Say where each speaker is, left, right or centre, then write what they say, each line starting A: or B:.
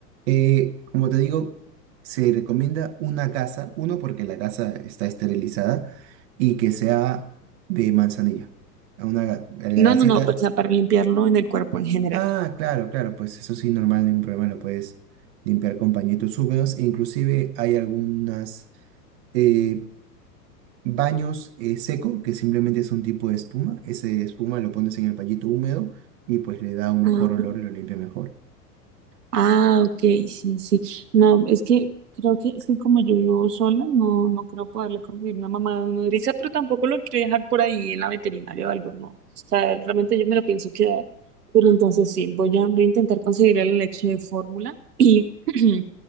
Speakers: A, on the right; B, on the right.
A: Eh, como te digo, se recomienda una casa, uno porque la casa está esterilizada y que sea de manzanilla. A Una, ga- a la
B: No,
A: gasita.
B: no, no, o sea, para limpiarlo en el cuerpo en general.
A: Ah, claro, claro, pues eso sí, normal, ningún problema, lo puedes limpiar con pañitos húmedos. Inclusive hay algunas eh, baños eh, seco, que simplemente es un tipo de espuma. Ese espuma lo pones en el pañito húmedo y pues le da un mejor
B: Ah,
A: olor y lo limpia mejor.
B: ah, ok, sí, sí. No, es que creo que es que como yo vivo sola, no, no creo poderle conseguir una mamá nodriza, pero tampoco lo quiero dejar por ahí en la veterinaria o algo, no. O sea, realmente yo me lo pienso quedar. Pero entonces sí, voy a, voy a intentar conseguir la leche de fórmula. Y <clears throat>